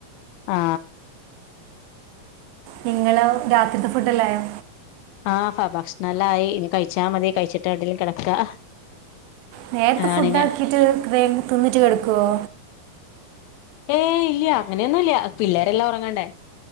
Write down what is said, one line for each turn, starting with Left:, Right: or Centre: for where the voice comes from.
Left: ആ
Right: നിങ്ങള് രാത്രിത്തെ ഫുഡല്ലായോ
Left: ഹ ഫ ഭക്ഷണംമല്ല ആയി ഇനി കഴിച്ചാ മതി കഴിച്ചിട്ട് എവിടെിലും കിടക്കാ
Right: നേരത്തെ ഫുഡ്
Left: ആണിനെ
Right: ആക്കിട്ട് തിന്നിട്ട് കെടുക്കുവോ
Left: ഏ ഇല്ല്യ അങ്ങനെയൊന്നുംല്ല പിള്ളേരെല്ലാം ഉറങ്ങണ്ടേ